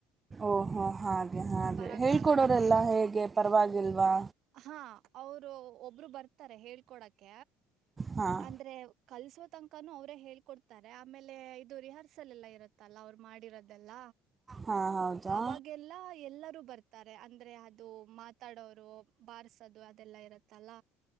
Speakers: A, on the right; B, on the right.
A: ಓಹೋ ಹಾಗೆ ಹಾಗೆ
B: ಬರೋಕ್ಕಾಗಲ್ಲ
A: ಹೇಳ್ಕೊಡೋರೆಲ್ಲ ಹೇಗೆ ಪರವಾಗಿಲ್ವಾ
B: ಹಾ ಅವರು ಒಬ್ರು ಬರ್ತಾರೆ ಹೇಳ್ಕೊಡಕ
A: ಹಾಂ
B: ಅಂದ್ರೆ ಕಲ್ಸೋ ತನಕಾನೂ ಅವ್ರೇ ಹೇ ಕೊಡ್ತಾರೆ ಆಮೇಲೆ ಇದು ರಿಹರ್ಸಲ್ ಎಲ್ಲ ಇರುತ್ತಲ್ಲ ಅವ್ರು ಮಾಡಿರೋದೆಲ್ಲ
A: ಹಾಂ ಹೌದಾ
B: ಅವಾಗೆಲ್ಲ ಎಲ್ಲರೂ ಬರ್ತಾರೆ ಅ ಅಂದ್ರೆ ಅದು ಮಾತಾಡೋರು ಬಾರಸೋದು ಅದೆಲ್ಲ ಇರುತ್ತಲ್ಲ